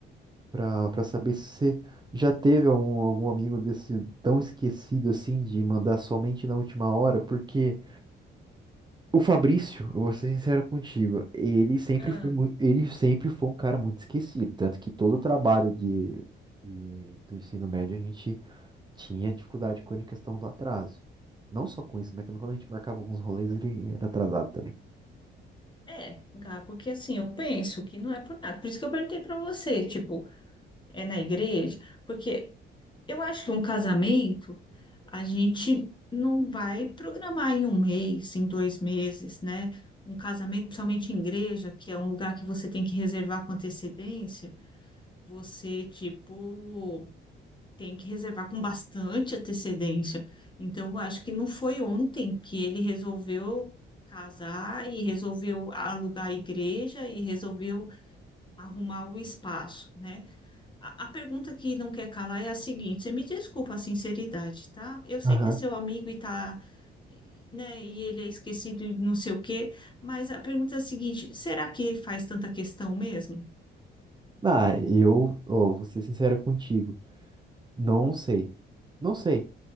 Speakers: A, on the right; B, on the left.
A: para para saber se você já teve algum, algum amigo desse tão esquecido assim de mandar somente na última hora, porque O Fabrício, eu vou ser sincero contigo, ele sempre
B: Ah,
A: foi, mui- ele sempre foi um cara muito esquecido, tanto que todo o trabalho de, de- do ensino médio a gente tinha dificuldade com a questão do atraso. Não só com isso, mas também quando a gente marcava alguns rolês, ele era atrasado também.
B: é, Gá, porque assim, eu penso que não é por nada. Por isso que eu perguntei para você, tipo, é na igreja, porque eu acho que um casamento a gente não vai programar em um mês, em dois meses, né? Um casamento, principalmente em igreja, que é um lugar que você tem que reservar com antecedência, você, tipo, tem que reservar com bastante antecedência. Então, eu acho que não foi ontem que ele resolveu casar e resolveu alugar a igreja e resolveu arrumar o espaço, né? A a pergunta que não quer calar é a seguinte: você me desculpa a sinceridade, tá? Eu sei
A: Aham.
B: que é seu amigo e tá, né? E ele é esquecido e não sei o quê, mas a pergunta é a seguinte: será que faz tanta questão mesmo?
A: Ah, eu, ó, vou ser sincero contigo, não sei, não sei,